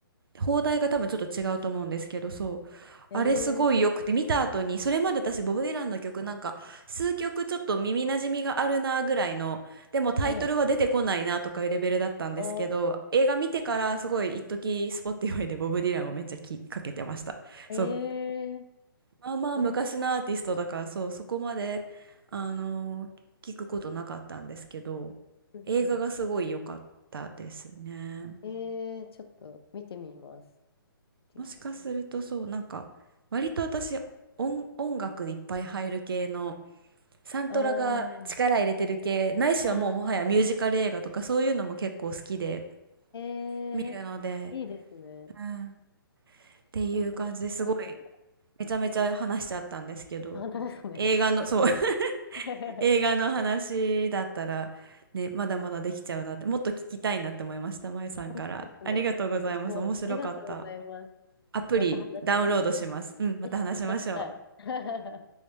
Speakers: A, on the right; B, on the left.
A: 放題が多分ちょっと違うと思うんですけど、そう。
B: え
A: あれすごい良くて、見た後に、それまで私、ボブ・ディランの曲なんか、数曲ちょっと耳なじみがあるなぐらいの、でもタイトルは出てこないなとかいうレベルだったんですけど、
B: ー、はい。あ
A: 映画見てからすごい一時スポティファイでボブ・ディランをめっちゃきかけてました。
B: あ、
A: そう。
B: えー、
A: まあまあ昔のアーティストだから、
B: ほん、
A: そう、そこまで、あのー聞くことなかったんですけど、
B: うんうん。
A: 映画がすごい良かったですね。
B: えー、ちょっと見てみます。ティラね。
A: もしかするとそう、なんか、割と私、音、音楽いっぱい入る系の、サントラが力入れてる系、
B: ああ、
A: ないしはもうもはやミュージカル映画とかそういうのも結構好きで
B: ああ、え
A: 見るので、
B: ー、いいですね。
A: うん、っていう感じですごい、
B: コンプリ、あの、
A: めちゃめちゃ話しちゃったんですけど、
B: 本当ですね。
A: 映画の、そう <laughs>、
B: <laughs>
A: 映画の話だったら、ね、まだまだできちゃうなって、もっと聞きたいなって思いました、まゆさんから。
B: 本当ですね。
A: ありがとうございます。
B: 私もです。
A: 面白かった。
B: ありがとうございます。
A: アプリダウンロードします。
B: また話しましょう。
A: うん、また話しましょう。
B: え、してください。<laughs>